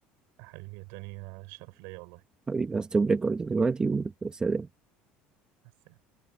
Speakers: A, on the right; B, on the right.
A: حبيبي يا توني آه، الشرف ليا والله
B: حبيبي هستوب ريكورد دلوقتي وسلام
A: مع السلامه